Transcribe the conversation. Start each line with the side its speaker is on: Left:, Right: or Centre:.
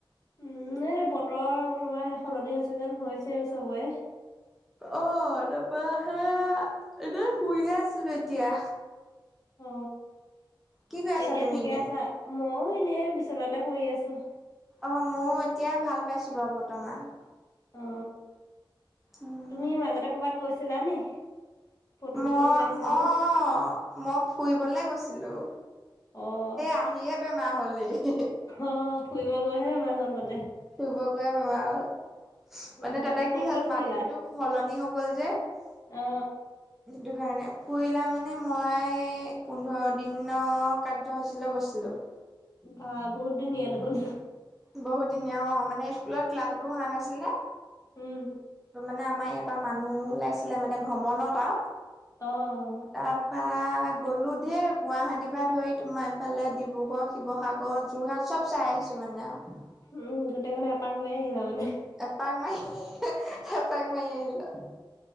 Left: উম এই বতৰ তোমাৰ সেই সলনি হৈছে যেন হৈছে চবৰে।
Centre: অ তাৰাপা হে এনেই শুইহে আছিলো এতিয়া।
Left: অ
Centre: কি কৰি আছা
Left: এতিয়া
Centre: তুমি
Left: ঠিকে
Centre: এনে
Left: আছা মইও এনে বিশনাতে পৰি আছো।
Centre: অ মোৰ এতিয়াই ভাল পাইছো বাউ বৰ্তমান।
Left: অ
Centre: উম
Left: তুমি মাজতে কৰ'বাত গৈছিলা নি। ফটো
Centre: মই
Left: চটো পাইছিলো
Centre: অ অ মই ফুৰিবলৈ গৈছিলোঁ।
Left: অ
Centre: আহিয়ে বেমাৰ হ'ল হি,
Left: অ ফুৰিব গৈহে বেমাৰ হ'ল মানে।
Centre: ফুৰিব গৈয়ে বেমা হ'ল।
Left: উম
Centre: মানে তাতে
Left: ক'ত
Centre: কি হ'ল
Left: ক'ত
Centre: পানীতটো
Left: ফুৰিলা
Centre: সলনি হৈ গ'ল যে।
Left: অ
Centre: সেইটো কাৰণে ফুৰিলা মানে মই পোন্ধৰ দিনৰ কাৰ্যসূচীলৈ গৈছিলোঁ।
Left: বা বহুত দিনীয়া দেখোঁন।
Centre: বহুত দিনীয়া অ মানে স্কুলত ক্লাছ বোৰ হোৱা নাছিলে।
Left: উম,
Centre: মানে আমাৰ ইয়াৰ পৰা মানুহ ওলাইছিলে মানে ভ্ৰমণত আও,
Left: অ অ,
Centre: তাৰপা গ'লো দেই গুৱাহাটীৰ পা ধৰি তোমাৰ এইফালে ডিব্ৰুগড়, শিৱসাগৰ যোৰহাট চব চাই আহিছোঁ মানে আও,
Left: উম গোটেইখনে এপাক মাৰি আহিলা মানে।
Centre: এপাক মাৰি হে এপাক মাৰি আহিলো।